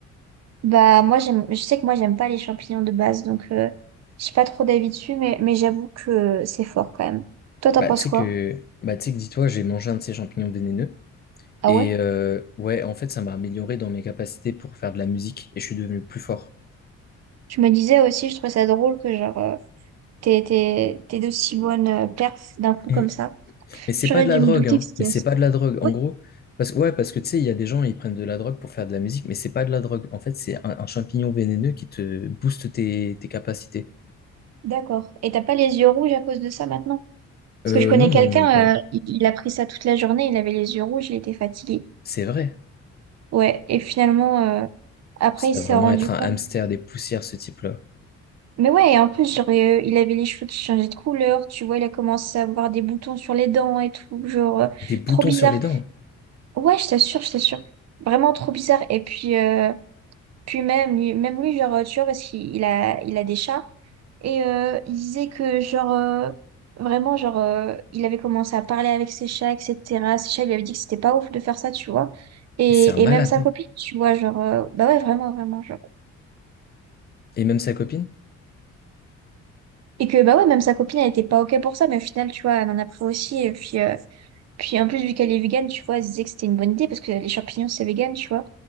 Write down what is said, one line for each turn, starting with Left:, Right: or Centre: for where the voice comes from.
Right: Bah moi j'aime je sais que moi j'aime pas les champignons de base donc euh, j'ai pas trop d'avis dessus mais mais j'avoue que c'est fort quand même. Toi t'en
Left: Bah,
Right: penses
Left: tu sais
Right: quoi?
Left: que, bah, tu sais que dis-toi, j'ai mangé un de ces champignons vénéneux.
Right: Ah
Left: Et
Right: ouais?
Left: euh, ouais, en fait, ça m'a amélioré dans mes capacités pour faire de la musique et je suis devenu plus fort.
Right: Je me disais aussi je trouvais ça drôle que genre euh, t'es t'es t'es de si bonnes euh, perfs d'un coup comme
Left: Mm.
Right: ça.
Left: Mais c'est
Right: J'aurais
Left: pas de
Right: dû
Left: la drogue,
Right: me douter
Left: hein.
Right: que c'était
Left: Mais c'est
Right: assez.
Left: pas de la drogue.
Right: Ah
Left: En
Right: Ouais,
Left: gros, parce que ouais, parce que tu sais, il y a des gens, ils prennent de la drogue pour faire de la musique, mais c'est pas de la drogue. En fait, c'est un, un champignon vénéneux qui te booste tes, tes capacités.
Right: d'accord. Et t'as pas les yeux rouges à cause de ça maintenant? Parce
Left: Euh,
Right: que je connais
Left: non, non,
Right: quelqu'un
Left: même pas.
Right: euh, il, il a pris ça toute la journée, il avait les yeux rouges, il était fatigué.
Left: C'est vrai.
Right: Ouais, et finalement euh, après
Left: Ça
Right: il s'est
Left: va vraiment
Right: rendu
Left: être
Right: compte
Left: un hamster des poussières, ce type-là.
Right: Mais ouais, et en plus, genre, euh, il avait les cheveux qui changeaient de couleur, tu vois, il a commencé à avoir des boutons sur les dents et tout, genre, euh,
Left: Des boutons
Right: trop bizarre.
Left: sur les dents.
Right: Ouais, je t'assure, je t'assure. Vraiment trop bizarre. Et puis, euh, puis même lui, même lui, genre, euh, tu vois, parce qu'il il a, il a des chats, et euh, il disait que, genre, euh, vraiment, genre, euh, il avait commencé à parler avec ses chats, etc. Ses chats lui avaient dit que c'était pas ouf de faire ça, tu vois. Et,
Left: Mais c'est un malade.
Right: et même sa copine, tu vois, genre, euh, bah ouais, vraiment, vraiment, genre.
Left: Et même sa copine?
Right: Et que bah ouais, même sa copine, elle était pas OK pour ça, mais au final, tu vois, elle en a pris aussi. Et puis, euh, puis en plus, vu qu'elle est végane, tu vois, elle se disait que c'était une bonne idée parce que les champignons, c'est vegan, tu vois.